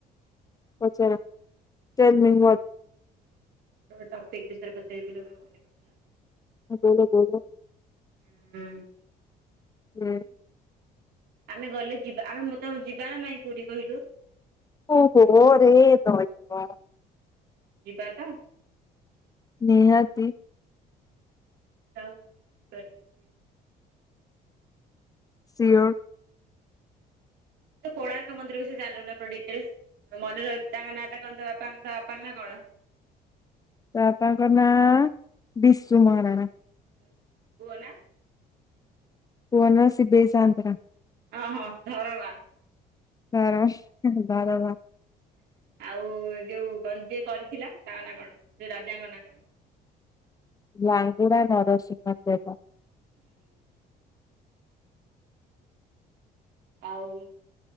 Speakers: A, on the left; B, on the right.
A: ପଚାର। Tell me what.
B: ଟପିକ୍ ବିଷୟରେ ପଚାରିବି ବୋଲି ମୋର ମନେ ପଡିଥିଲା।
A: <unintelligible>
B: ଉଁ
A: ହୁଁ
B: ଆମେ ଗଲେ ଯିବା ଆମେ ମୁଁ ତ ଯିବା ନା ନାଇଁ ପୁରୀ କହିଲୁ?
A: ଓହୋ ରେ ଦଇବ।
B: ଯିବା ତ?
A: ନିହାତି।
B: <unintelligible> ଯିବା ଟିକେ ପୁରୀ।
A: ସିଓର।
B: ତୁ କୋଣାର୍କ ମନ୍ଦିର ବିଷୟ ରେ ଜାଣିଲୁ ନା ପୁରା ଡିଟେଲ୍ସେ? ମନେ ରହିବି ତାଙ୍କ ନାଁ ଟା କନ୍ତା ବାପା କନ୍ତା ବାପାଙ୍କ ନା କଣ?
A: ତା ବାପା ଙ୍କ ନାଁ ବିଶୁ ମହାରାଣା।
B: ହୁଁ ପୁଅ ନା।
A: ପୁଅ ନା ସେବେଇ ସାଆନ୍ତରା।
B: ଅ ହଁ ଧରମା।
A: ଧର ମ୍ <inaudible> ଧରମା।
B: ଆଉ ଯୋଉ କଣ ଯିଏ କରିଥିଲା ତାଙ୍କ ନା କଣ ଯୋଉ ରାଜାଙ୍କ ନା କଣ?
A: ଲଙ୍ଗୁଡ଼ା ନର ସିଂହ ଦେବା।
B: ହୁଁ। ଆଉ